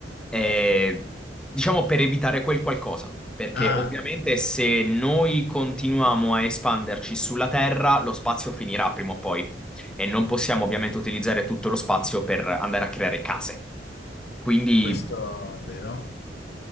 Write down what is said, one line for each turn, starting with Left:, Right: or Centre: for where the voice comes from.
Centre: è, diciamo per evitare quel qualcosa, perché
Left: ah,
Centre: ovviamente se noi continuiamo a espanderci sulla Terra, lo spazio finirà prima o poi e non possiamo ovviamente utilizzare tutto lo spazio per andare a creare case. Quindi,
Left: questo è vero.